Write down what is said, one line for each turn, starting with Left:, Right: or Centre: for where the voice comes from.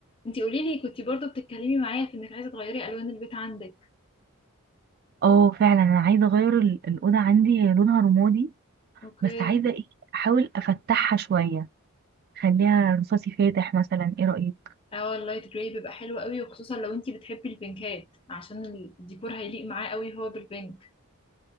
Left: انتي قولي لي كنتي برضو بتتكلمي معايا في انك عايزة تغيري الوان البيت عندك
Right: اه فعلا أنا عايزة أغير ال- الأوضة عندي هي لونها رمادي
Left: اوكي
Right: بس عايزة ايه احاول افتحها شوية خليها رصاصي فاتح مثلا ايه رأيك
Left: اه اللايت جراي بيبقى حلو قوي وخصوصا لو انتي بتحبي البينكات عشان الديكور هيليق معاه قوي هو بالبينك